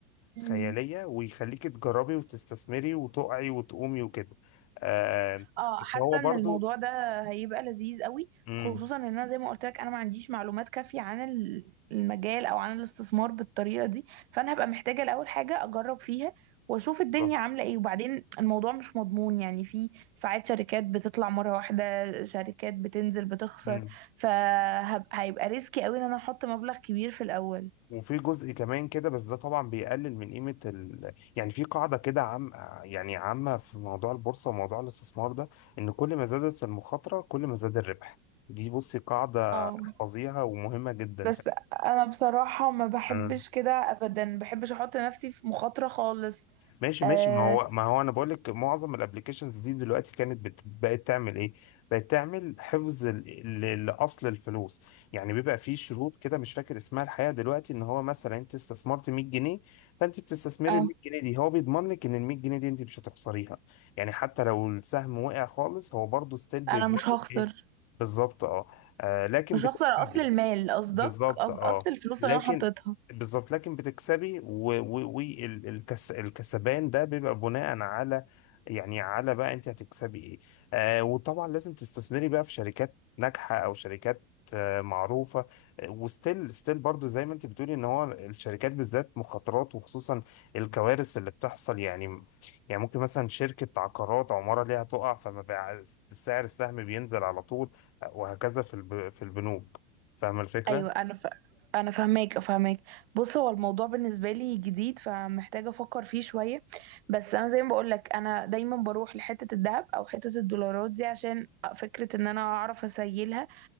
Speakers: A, on the right; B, on the left.
A: هبقى
B: خيالية ويخليكي تجربي وتستثمري وتقعي وتقومي وكده آه
A: اه
B: بس
A: حاسه
B: هو برضو
A: ان الموضوع ده هيبقى لذيذ قوي
B: امم
A: خصوصا ان انا زي ما قلت لك انا ما عنديش معلومات كافيه عن ال- المجال او عن الاستثمار بالطريقه دي فانا هبقى محتاجه الاول حاجه اجرب فيها واشوف الدنيا
B: بالظبط
A: عامله ايه وبعدين الموضوع مش مضمون يعني في ساعات شركات بتطلع مره واحده شركات بتنزل بتخسر
B: مم.
A: فهيبقى ريسكي قوي ان انا احط مبلغ كبير في الاول
B: وفي جزء كمان كده بس ده طبعا بيقلل من قيمة ال... يعني في قاعدة كده عام يعني عامة في موضوع البورصة وموضوع الاستثمار ده إن كل ما زادت المخاطرة كل ما زاد الربح دي بصي قاعدة
A: اه
B: حفظيها ومهمة جدا
A: بس انا بصراحه ما بحبش
B: فعلا
A: كده ابدا ما بحبش احط نفسي في مخاطره خالص
B: ماشي
A: أه
B: ماشي ما هو ما هو انا بقول لك معظم الابلكيشنز دي دلوقتي كانت بت... بقت تعمل ايه بقت تعمل حفظ ال... ل- لاصل الفلوس يعني بيبقى في شروط كده مش فاكر اسمها الحقيقه دلوقتي ان هو مثلا انت استثمرت 100 جنيه فانت بتستثمري
A: اه
B: ال 100 جنيه دي هو بيضمن لك ان ال 100 جنيه دي انت مش هتخسريها يعني حتى لو السهم وقع خالص هو برضه ستيل بيضمن
A: انا مش هخسر
B: لك ايه بالظبط اه آه، لكن
A: مش
B: بتكسبي
A: هخسر اصل المال قصدك
B: بالظبط
A: قص-
B: اه
A: اصل الفلوس
B: لكن
A: اللي انا حطيتها
B: بالظبط لكن بتكسبي والكسبان ده بيبقى بناء على يعني على بقى انت هتكسبي ايه آه وطبعا لازم تستثمري بقى في شركات ناجحة او شركات آه معروفة آه، وستيل ستيل برضو زي ما انت بتقولي ان هو الشركات بالذات مخاطرات وخصوصا الكوارث اللي بتحصل يعني يعني ممكن مثلا شركة عقارات عمارة ليها تقع فما بقى سعر السهم بينزل على طول وهكذا في الب- في البنوك فاهمة الفكرة؟
A: ايوه انا ف... انا فاهماك فاهماك بص هو الموضوع بالنسبه لي جديد فمحتاجه افكر فيه شويه بس انا زي ما بقول لك انا دايما بروح لحته الذهب او حته الدولارات دي عشان فكره ان انا اعرف اسيلها